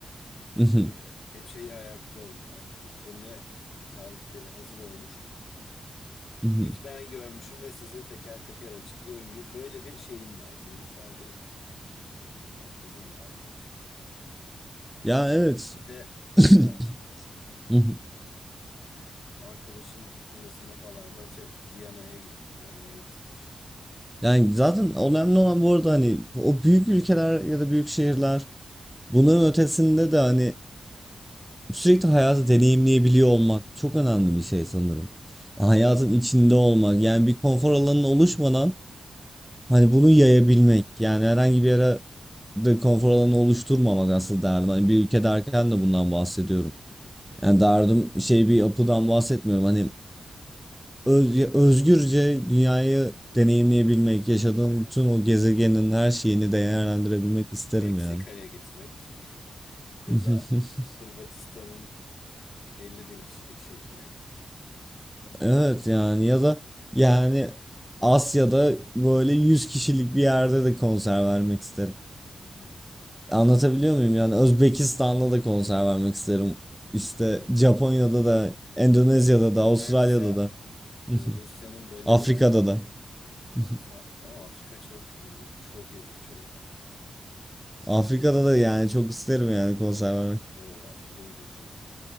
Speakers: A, in the centre; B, on the left.
A: Mhm.
B: Ee, hep şeyi hayal kurarım yani. Hani turne e, tarihleri hazır olmuş.
A: Mhm.
B: İlk ben görmüşüm ve size teker teker açıklıyorum gibi böyle bir şeyim var. Zihinsel bir e, fantazim var diyeyim.
A: Ya evet.
B: Ve mesela
A: <coughs> Mhm.
B: o arkadaşın turnesinde falan da atıyorum. Viyana'ya gitmiş, Roma'ya gitmiş.
A: Yani
B: Prag.
A: zaten önemli olan bu arada hani o büyük ülkeler ya da büyük şehirler bunların ötesinde de hani Sürekli hayatı deneyimleyebiliyor olmak çok önemli bir şey sanırım. Hayatın
B: Evet.
A: içinde olmak yani bir konfor alanının oluşmadan hani bunu yayabilmek yani herhangi bir yere de konfor alanı oluşturmamak asıl derdim. Hani bir ülke derken de bundan bahsediyorum.
B: Hı hı.
A: Yani derdim şey bir yapıdan bahsetmiyorum. Hani öz- özgürce dünyayı deneyimleyebilmek, yaşadığım
B: Evet.
A: bütün o gezegenin her şeyini değerlendirebilmek isterim
B: Meksika'ya
A: yani.
B: gitmek <laughs> ya
A: <laughs>
B: da Hırvatistan'ın elli bin kişilik şehrine gitmek.
A: Evet yani ya da yani Asya'da böyle 100 kişilik bir yerde de konser vermek isterim.
B: Evet.
A: Anlatabiliyor muyum? Yani Özbekistan'da da konser vermek isterim. İşte
B: Evet,
A: Japonya'da
B: evet.
A: da, Endonezya'da da, Avustralya'da
B: Ben mesela
A: da, <laughs>
B: Ee, Rusya'nın böyle
A: Afrika'da
B: biraz daha
A: da. <laughs>
B: sağ... Ama Afrika çok ilginç. Çok ilginç olur Afrika.
A: Afrika'da da yani çok isterim yani konser vermek.
B: O aşırı ilginç olur.